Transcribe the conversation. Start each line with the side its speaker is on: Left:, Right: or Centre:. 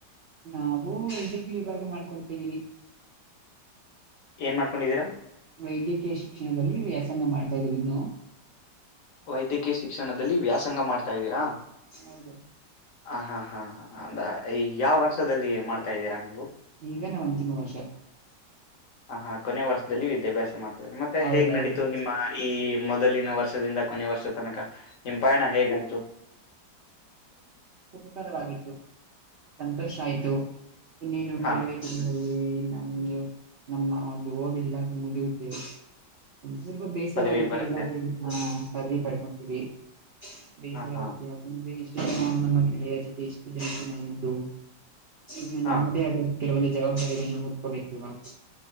Right: ನಾವು ವೈದ್ಯಕಿಯವಿಭಾಗ ಮಾಡ್ಕೊಂಡಿದ್ದೀವಿ.
Left: ಏನ್ ಮಾಡ್ಕೊಂಡಿದ್ದೀರಾ?
Right: ವೈದ್ಯಕೀಯ ಶಿಕ್ಷಣದಲ್ಲಿ ವ್ಯಾಸಂಗ ಮಾಡ್ತಾ ಇದೀವಿ ಇನ್ನು
Left: ವೈದ್ಯಕೀಯ ಶಿಕ್ಷಣದಲ್ಲಿ ವ್ಯಾಸಂಗ ಮಾಡ್ತಾ ಇದ್ದೀರಾ, -
Right: ಹೌದು
Left: ಹ, ಹಾ, ಹಾ ಅಂದರೆ ಈ ಯಾವ ವರ್ಷದಲ್ಲಿ ಮಾಡ್ತಾ ಇದೀರಾ ನೀವು.
Right: ಈಗ ನಾ ಅಂತಿಮ ವರ್ಷ
Left: ಹ, ಹಾ ಕೊನೆೆ ವರ್ಷದಲ್ಲಿ ವಿದ್ಯಾಭ್ಯಾಸ ಮಾಡ್ತಿದೀನಿ. ಮತ್ತೆ
Right: ಹೌದೌದು
Left: ಹೇಗ್ ನಡೀತು ನಿಮ್ಮ ಈ ಮೊದಲಿನ ವರ್ಷದಿಂದ ಕೊನೆಯ ವರ್ಷ ತನಕ ನಿಮ್ಮ ಪಯಣ ಹೇಗಾಯ್ತು.
Right: ಸುಖಕರವಾಗಿತ್ತು, ಸಂತೋಷ ಆಯ್ತು ಇನ್ನೇನು
Left: ಹಾ
Right: ಕೆಲವೇ. <unintelligible> ಸ್ವಲ್ಪ ಬೇಸರ
Left: ಪದವಿ
Right: ಆಗುತ್ತೆ
Left: ಬರುತ್ತೆ
Right: ಎಲ್ಲ ಕೇಳಿ ಹಾ, ಪದವಿ ಪಡ್ಕೊಂತೀವಿ. ಬೇಸರ
Left: ಹಾ ಹಾ
Right: ಆಗುತ್ತೆ ಯಾಕಂದ್ರೆ ಇಷ್ಟು ನಮ್ಮ ಗೆಳೆಯ ಜೊತೆ ಇಷ್ಟು ದಕ್ಕೆ <unintelligible> ನಾಗಿದ್ದು ಇನ್ನು
Left: ಹಾ
Right: ನಮ್ಮದೇ ಆದ ಕೆಲವೊಂದು ಜವಾಬ್ದಾರಿಗಳನ್ನ ಹೊತ್ಕೋಬೇಕಲ್ವಾ, -